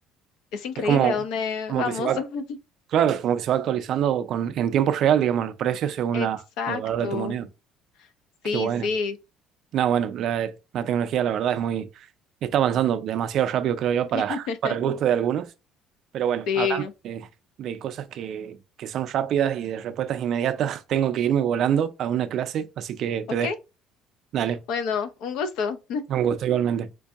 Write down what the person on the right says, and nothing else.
Es como,
como
que se va,
claro, como que se va actualizando con, en tiempo real, digamos, los precios según
la, el valor de tu moneda.
Qué bueno.
No, bueno, la, la tecnología la verdad es muy, está avanzando demasiado rápido, creo yo, para,
<laughs> para el gusto de algunos. Pero bueno,
hablando de, de cosas que, que son rápidas y de respuestas inmediatas, <laughs> tengo que irme volando a una clase, así que
te dejo. Dale,
un gusto igualmente.